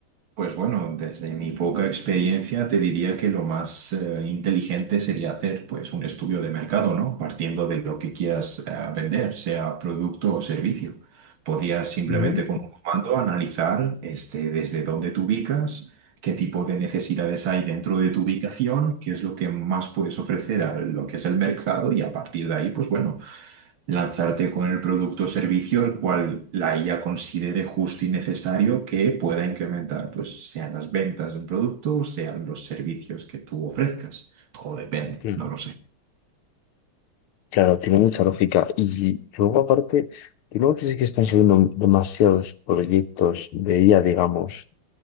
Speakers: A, on the right; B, on the left.
A: Pues bueno, desde mi poca experiencia te diría que lo más eh, inteligente sería hacer pues un estudio de mercado, ¿no? Partiendo de lo que quieras eh, vender, sea producto o servicio. Podías simplemente
B: Ujú.
A: con un comando analizar este, desde dónde te ubicas, qué tipo de necesidades hay dentro de tu ubicación, qué es lo que más puedes ofrecer a lo que es el mercado y a partir de ahí, pues bueno lanzarte con el producto o servicio el cual la IA considere justo y necesario que pueda incrementar, pues sean las ventas de un producto o sean los servicios que tú ofrezcas. Todo depende,
B: Sí.
A: no lo sé.
B: Claro, tiene mucha lógica. Y luego, aparte, ¿tú no crees que están saliendo demasiados proyectos de IA, digamos,